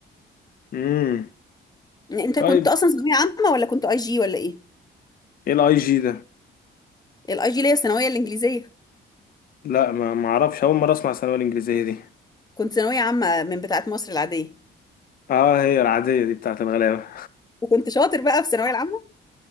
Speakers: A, on the left; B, on the left.
A: امم
B: يعني انت
A: طيب
B: كنت اصلا ثانوية عامة ولا كنت اي جي ولا ايه
A: ايه الاي جي ده
B: الاي جي اللي هي الثانوية الانجليزية
A: لا ما ما اعرفش اول مره اسمع الثانويه الانجليزيه دي
B: كنت ثانوية عامة من بتاعة مصر العادية
A: اه هي العاديه دي بتاعت الغلابه
B: وكنت شاطر بقى في الثانوية العامة